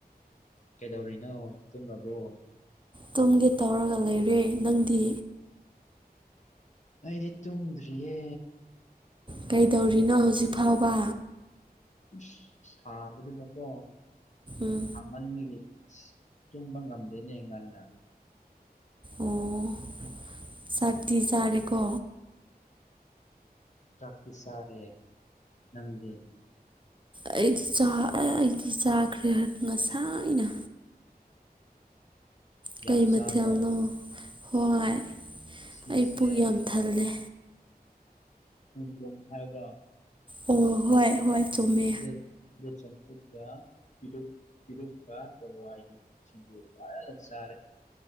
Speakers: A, on the left; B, on the right.
A: ꯀꯩꯗꯧꯔꯤꯅꯣ ꯇꯨꯝꯔꯕꯣ
B: ꯇꯨꯝꯒꯦ ꯇꯧꯔꯒ ꯂꯩꯔꯦ ꯅꯪꯗꯤ
A: ꯑꯩꯗꯤ ꯇꯨꯝꯗꯔ꯭ꯤꯌꯦ
B: ꯀꯩꯗꯧꯔꯤꯅꯣ ꯍꯧꯖꯤꯛꯐꯥꯎꯕ
A: ꯏꯁ ꯁꯥꯕꯗꯨꯗꯀꯣ
B: ꯎꯝ
A: ꯁꯥ ꯃꯟꯕꯒꯤ ꯑꯁ ꯇꯨꯝꯕ ꯉꯝꯗꯦꯅꯦ ꯉꯟꯅ
B: ꯑꯣ ꯆꯥꯛꯇꯤ ꯆꯥꯔꯦꯀꯣ
A: ꯆꯥꯛ ꯇꯤ ꯆꯔꯦ ꯅꯥꯪꯗꯤ
B: ꯑꯩꯗꯤ ꯆ ꯑꯩꯗꯤ ꯆꯥꯈ꯭ꯔꯦ ꯉꯥꯁꯥꯏꯅꯥ ꯀꯩ
A: ꯌꯥꯝ ꯆꯥꯕ꯭ꯔꯣ
B: ꯃꯊꯦꯜꯅꯣ ꯍꯏ
A: ꯁꯤꯁꯦ
B: ꯑꯩ ꯄꯨꯛ ꯌꯥꯝ ꯊꯜꯂꯦ
A: ꯈꯣꯡꯗꯔꯨꯝ ꯍꯥꯏꯕꯔꯥ
B: ꯑꯣ ꯍꯣꯏ ꯍꯣꯏ ꯆꯨꯨꯃꯦ
A: ꯑꯗꯨ ꯑꯗꯨ ꯆꯝꯐꯨꯠꯀ ꯄꯤꯔꯨꯛ ꯄꯤꯔꯨꯛꯀ ꯍꯋꯥꯏꯒꯤ ꯁꯤꯡꯖꯨ ꯐꯖꯅ ꯆꯥꯔꯦ